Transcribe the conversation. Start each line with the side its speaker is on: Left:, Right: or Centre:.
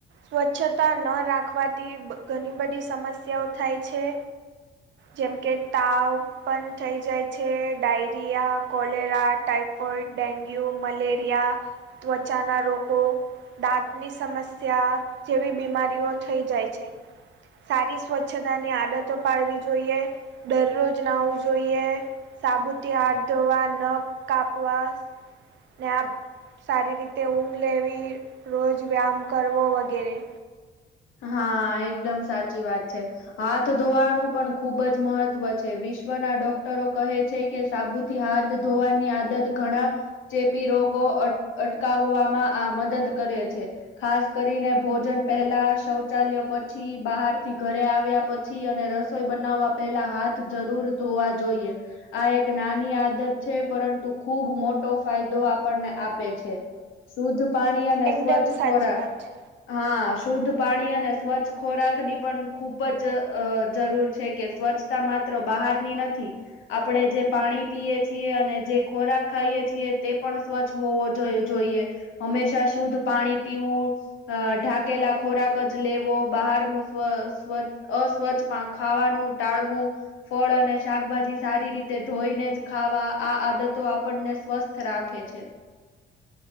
Right: સ્વચ્છતા ન રાખવાથી ઘણી બધી સમસ્યાઓ થાય છે. જેમ કે તાવ. પણ થઈ જાય છે diarrhoea cholera typhoid dengue malaria ત્વચા ના રોકકો. દાંતની સમસ્યા જેવી બીમારીઓ થઈ જાય છે સારી સ્વચ્છતાની આદતો પાડવી જોઈએ દરરોજ ના આવું જોઈએ સાબુથી હાથ ધોવા નખ કાપવા ને આ સારી રીતે ઊંઘ લેવી રોજ વ્યામ કરવો વગેરે
Left: હા એકદમ સાચી વાત છે હાથ ધોવાનું પણ ખુબ જ મહત્વ છે વિશ્વના ડોક્ટરો કહે છે કે સાબુ થી હાથ ધોવાની આદત ઘણા ચેપી રોગો અટકાવવામાં આ મદદ કરે છે ખાસ કરીને ભોજન પેલા શૌચાલય પછી બહાર થી ઘરે આવ્યા પછી અને રસોઈ બનાવવા પેલા હાથ જરૂર ધોવા જોઈએ આ એક નાની આદત છે પરંતુ ખુબ મોટો ફાયદો આપણને આપે છે શુદ્ધ પાણી અને
Right: એકદમ
Left: સ્વચ્છ
Right: સાચી
Left: ખોરાક
Right: વાત
Left: હા શુદ્ધ પાણી અને સ્વચ્છ ખોરાકની પણ ખૂબ જ જરૂર છે કે સ્વચ્છ માત્ર બહારની નથી આપણે જે પાણી પીએ છીએ અને જે ખોરાક ખાઈએ છીએ તે પણ સ્વચ્છ હોવ જોઈએ હંમેશા શુદ્ધ પાણી પીવું ઢાકેલા ખોરાક જ લેવો બહારનું સ્વ સ્વચ્છ અસ્વચ્છ ખાવાનું ટાળવું ફળ અને શાકભાજી સારી રીતે ધોઈને જ ખાવા આ આદતો આપણને સ્વસ્થ રાખે છે